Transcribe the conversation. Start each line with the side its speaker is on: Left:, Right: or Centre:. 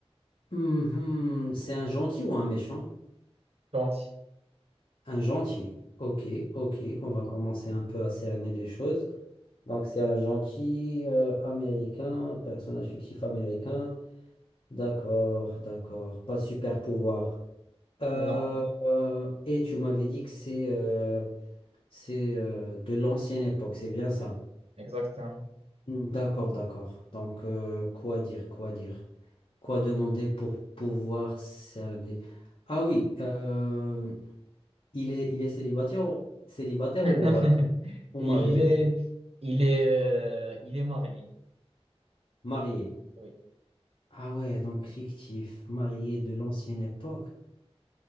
Left: Mhm. C'est un gentil ou un méchant?
Right: Gentil.
Left: Un gentil. Ok, ok. On va commencer un peu à cerner les choses. Donc c'est un gentil euh, américain, personnage fictif américain. D'accord, d'accord. Pas de super pouvoir. Euh,
Right: Non.
Left: euh, et tu m'avais dit que c'est euh, c'est euh, de l'ancienne époque, c'est bien ça?
Right: Exactement.
Left: Mm. D'accord, d'accord. Donc, euh, quoi dire, quoi dire? Quoi demander pour pouvoir cerner? Ah oui, euh, il est, il est célibataire, ou- célibataire
Right: <laughs>
Left: ou en relation? Ou
Right: Il
Left: marié?
Right: est... Il est... euh, Il est marié.
Left: Marié.
Right: Oui.
Left: Ah ouais, donc fictif, marié de l'ancienne époque.